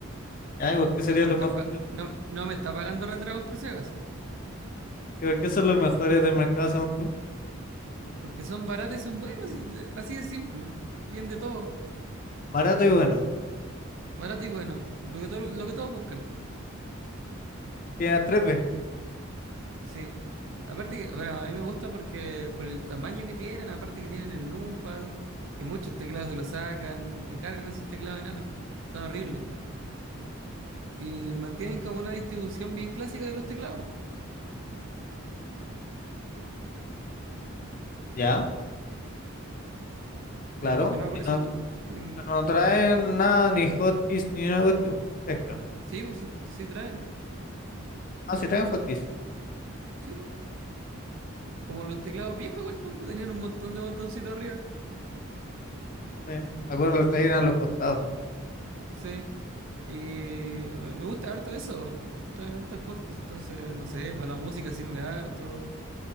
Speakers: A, on the left (about 40°); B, on the right (about 60°).
A: Ay, ¿por qué serían
B: No me
A: los
B: están
A: mejores?
B: pa- no, no me está pagando Red Dragon por si acaso.
A: ¿Y por qué son los mejores del mercado según tú?
B: Porque son baratos y son buenos, y de- así de simple. Tienen de todo.
A: Barato y bueno.
B: Barato y bueno. Lo que, todo- lo que todos buscan.
A: Tiene a 3B.
B: Sí. Aparte que, bueno, a mí me gusta porque por el tamaño que tienen, aparte que tienen el numpad, que muchos teclados se lo sacan, me cargan esos teclados enanos, son horribles. Y mantienen como una distribución bien clásica de los teclados.
A: Ya, claro.
B: No que nada, por
A: Y no,
B: eso me gusta. Sí.
A: pero no traen nada, ni hotkeys, ni una cuestión extra.
B: Sí, pues sí, sí traen.
A: Ah, sí traen hotkeys.
B: Sí, pues. Como los teclados viejos igual, pues, que tenían un montón de botoncitos arriba.
A: Sí. Algunos los traen a los costados.
B: Sí. Y me me gusta harto eso, que te traen hartos hotkeys. Entonces, no sé, para la música sirve harto.